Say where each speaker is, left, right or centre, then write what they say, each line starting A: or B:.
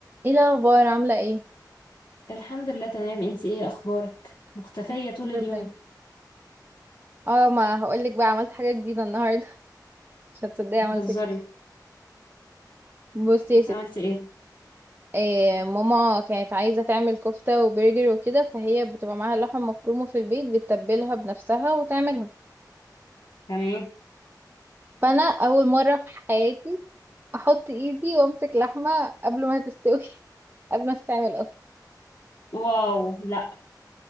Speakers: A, on the right; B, on the left.
A: ايه الاخبار عامله ايه
B: الحمد لله تمام انت ايه اخبارك مختفية
A: الحمد
B: طول اليوم
A: لله اه ما هقولك بقى عملت حاجه جديده النهارده <laughs> مش هتصدقي
B: بتهزري
A: عملت إيه. بصي يا ستي
B: عملتي ايه
A: إيه ماما كانت عايزه تعمل كفته وبرجر وكده فهي بتبقى معاها لحم مفرومه في البيت بتتبلها بنفسها وتعملها
B: تمام
A: فانا اول مره في حياتي احط ايدي وامسك لحمه قبل ما تستوي <laughs> قبل ما تستعمل اصلا
B: واو لا